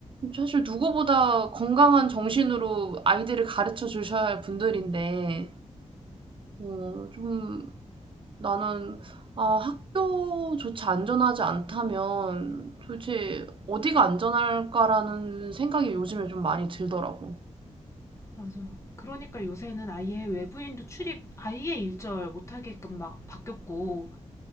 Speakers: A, on the right; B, on the left.
A: 사실 누구보다 건강한 정신으로 아이들을 가르쳐 주셔야 할 분들인데 어 좀 나는 아 학교조차 안전하지 않다면 도대체 어디가 안전할까라는 생각이 요즘에 좀 많이 들더라고.
B: 맞아. 그러니까 요새는 아예 외부인도 출입 아예 일절 못하게끔 막 바뀌었고